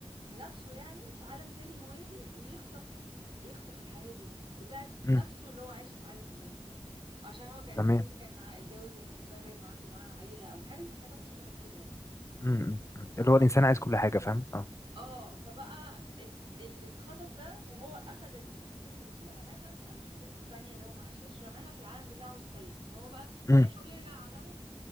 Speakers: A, on the right (about 55°); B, on the left (about 25°).
A: نفسه يعني في عالم تاني موازي ويخطف ح... يخطف الحياة دي بتاعت
B: مم،
A: نفسه اللي هو عايشه في عالم موازي عشان هو كان
B: تمام
A: التاني كان ع- اتجوز اللي بيحبها باين وعنده معاها عيلة او حاجة حاجة مشابهة لكده يعني
B: امم أمم. اللي هو الانسان
A: اه
B: عايز كل حاجه فاهم اه
A: اه فبقى الت- اللي اتخطف ده وهو اخد ال- شخصيته القديمه رماها او شخصيته التانية اللي هو مع شاش رماها في العالم بتاعه السيء فهو بقى
B: امم
A: ده بيحاول يرجع عالمه